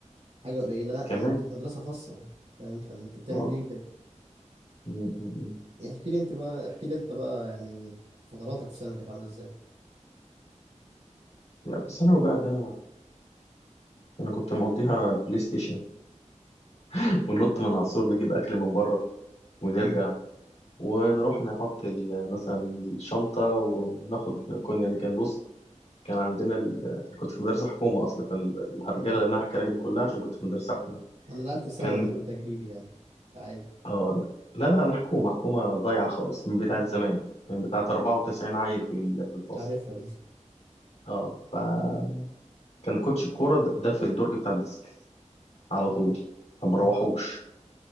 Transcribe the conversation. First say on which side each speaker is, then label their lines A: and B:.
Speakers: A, on the right; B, on the left.
A: حاجة قليلة لا
B: كمان
A: انا كنت في مدرسة خاصة فاهم فانت بتعمل
B: اه
A: ليه كده
B: م- م- م.
A: يعني احكي لي انت بقى احكي لي انت بقى يعني فتراتك في ثانوي كانت عاملة ازاي
B: لا في ثانوي بقى ده انا كنت مقضيها بلاي ستيشن <laughs> وننط من على السور نجيب اكل من بره ونرجع
A: مم.
B: ونروح نحط ال- مثلا الشنطة وناخد كون يعني كان بص كان عندنا ال... كنت في مدرسة حكومة أصلا فالهرجلة
A: مم.
B: اللي أنا هحكي لك دي كلها عشان كنت في مدرسة حكومة
A: انا نقلت في ثانوي
B: كان
A: عموما تجريبي يعني عادي
B: اه لا لا لا حكومة حكومة ضايعة خالص من بتاعة
A: مم.
B: زمان من بتاعة 94 عيل في ال- في الفصل
A: عارفها
B: اه فكان كوتش الكورة ده ده في الدرج بتاع الديسك على طول ما بروحوش
A: دي